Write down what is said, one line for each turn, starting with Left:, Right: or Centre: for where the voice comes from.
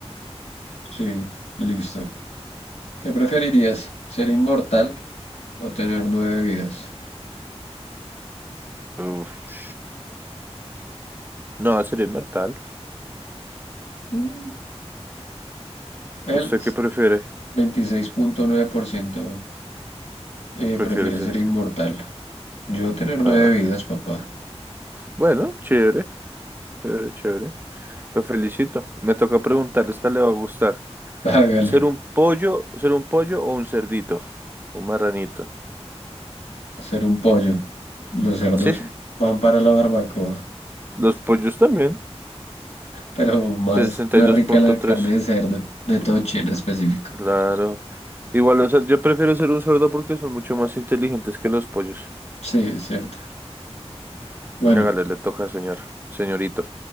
Left: Sí, listo. ¿Qué preferirías? ¿Ser inmortal o tener nueve vidas?
Right: Uf. No, sería inmortal.
Left: Mm, El
Right: ¿Usted qué prefiere?
Left: veintiséis punto nueve por ciento. Eh,
Right: Prefiere
Left: prefiere
Right: ser.
Left: ser inmortal. Yo tener nueve
Right: Ah,
Left: vidas, papá.
Right: bueno, chévere, chévere, chévere. Lo felicito. Me toca preguntarle, esta le va a gustar.
Left: <laughs> Hágale,
Right: ¿Ser un pollo, ser un pollo o un cerdito? Un marranito.
Left: ser un pollo. Los cerdos
Right: Sí,
Left: van para la barbacoa,
Right: los pollos también.
Left: pero más,
Right: Sesenta
Left: más
Right: y dos
Left: rica
Right: punto
Left: la
Right: tres.
Left: carne de cerdo, de toche en específico.
Right: Claro. Igual, o sea, yo prefiero ser un cerdo porque son mucho más inteligentes que los pollos.
Left: Sí, es cierto. Bueno,
Right: Hágale, le toca, señor, señorito.